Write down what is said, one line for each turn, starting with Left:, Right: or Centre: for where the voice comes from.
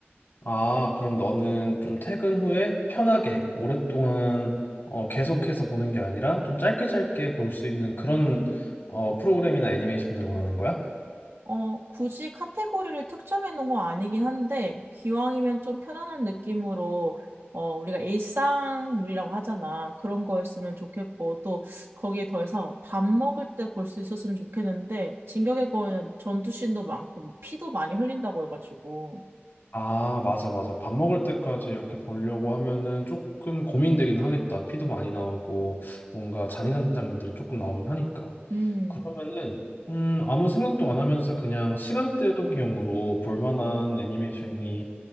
Left: 아, 그럼 너는 좀 퇴근 후에 편하게 오랫동안 어, 계속해서 보는 게 아니라 좀 짧게 짧게 볼 수 있는 그런 어, 프로그램이나 애니메이션들을 원하는 거야?
Right: 어, 굳이 카테고리를 특정해 놓은 건 아니긴 한데, 기왕이면 좀 편안한 느낌으로, 어, 우리가 일상물이라고 하잖아. 그런 거였으면 좋겠고, 또 거기에 더해서 밥 먹을 때 볼 수 있었으면 좋겠는데, 진격의 거인은 전투씬도 많고, 피도 많이 흘린다고 해가지고.
Left: 아, 맞아, 맞아. 밥 먹을 때까지 이렇게 보려고 하면은 조금 고민되긴 하겠다. 피도 많이 나오고, 뭔가 잔인한 장면들이 조금 나오긴 하니까.
Right: 음,
Left: 그러면은, 음, 아무 생각도 안 하면서 그냥 시간 때우기용으로 볼 만한 애니메이션이,